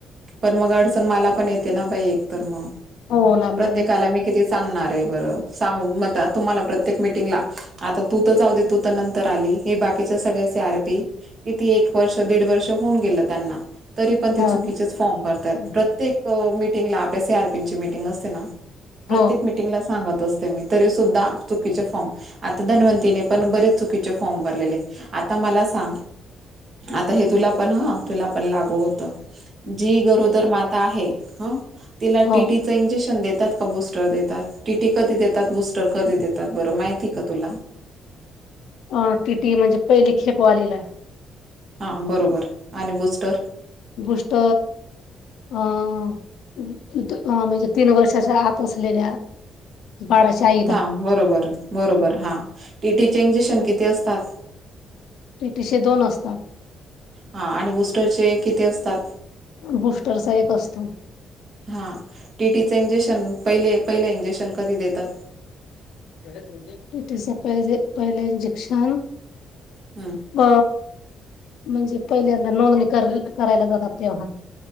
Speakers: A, on the right; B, on the left.
A: पण मग अडचण मला पण येते ना बाई एकतर मग,
B: हो ना
A: प्रत्येकाला
B: मॅडम
A: मी किती सांगणार आहे बरं सांगून <unintelligible> तुम्हाला प्रत्येक मिटिंगला आता तू तर जाऊ दे तू तर नंतर आली. हे बाकीच्या सगळ्या सी आर पी किती एक वर्ष दीड वर्ष होऊन गेलं त्यांना. तरी पण ते
B: हो.
A: चुकीचेच फॉर्म भरतायेत
B: हो
A: प्रत्येक म मिटींगला आपल्या सी आर पिंचे मीटिंग असते ना, प्रतेक
B: हो
A: मि मिटींगला सांगत असते मी तरी सुद्धा चुकीचे फॉर्म आता धनवंतीने पण बरेच चुकीचे फॉर्म भरलेले, आता मला सांग? आता हे तुला पण हं. तुला पण लागू होत, जी गरोदर माता आहे. हं, तिला
B: हो
A: टी टी च इंजेक्शन देतात का बूस्टर देतात, टीटी कधी देतात, बूस्टर कधी देतात, बरं माहिती का तुला?
B: अ टिटि म्हणजे पहिली खेप वालीला.
A: हां बरोबर, आणि बुस्टर?
B: बुस्ट आ, म्हणजे तीन वर्षाच्या आत असलेल्या बाडाच्या आई
A: हा बरोबर -बरोबर हा, टीटीचे एंजेक्शन किती असतात?
B: टीटीशे दोन असतात.
A: हा, आणि बूस्टरचे किती असतात?
B: बुस्टरचा एक असतो.
A: हा टीटीच इंजेक्शन पहिले- पहिला इंजेक्शन कधी देतात?
B: <unintelligible> टिटीच पहिजे- पहिल इंजक्शन,
A: हम्म
B: व, म्हणजे पहिल्यांदा नोंदणी कर- करायला जातात तेव्हा.